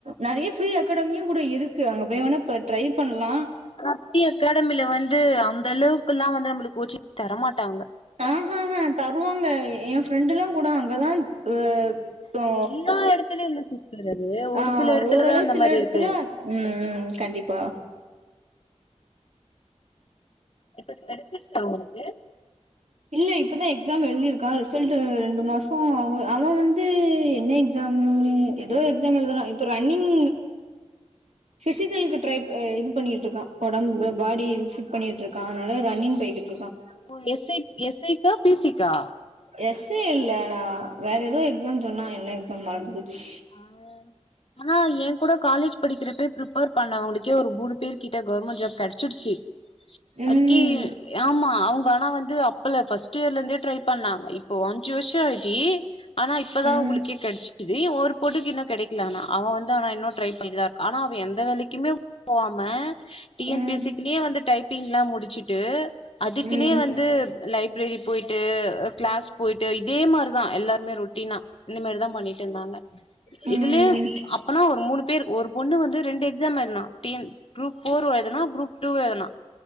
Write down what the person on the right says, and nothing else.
நெறைய ஃப்ரீ அக்காடமியும் கூட இருக்கு அங்க போய் வேணா இப்ப ட்ரை பண்லா.
ஆஹ் ஆஹ் ஹ தருவாங்க என் ஃப்ரெண்டுலாம் கூட அங்க தான் ஹ இப்போ
ஆஹ்
ஓரளவு
சில
இடத்துல
உம் ம் கண்டிப்பா
இல்ல இப்பதான் எக்ஸாம் எழுதிருக்கான் ரிசல்ட் ரெண்டு மாசம் ஆகும் அவன் வந்து என்ன எக்ஸாம் ஏதோ எக்ஸாம் எழுதனா இப்ப ரன்னிங் பிசிகலுக்கு ட்ரை ப பண்ணிட்டு இருக்கான் ஒடம்பு பாடி இது ஃபிட் பண்ணிட்டு இருக்கான் அதனால ரன்னிங் போயிட்ருக்கான்
எஸ்ஐ இல்லஆனா வேற ஏதோ எக்ஸாம் சொன்னா என்ன எக்ஸாம் மறந்து போச்சு
ம்
ம்
ம்
ம்
ம்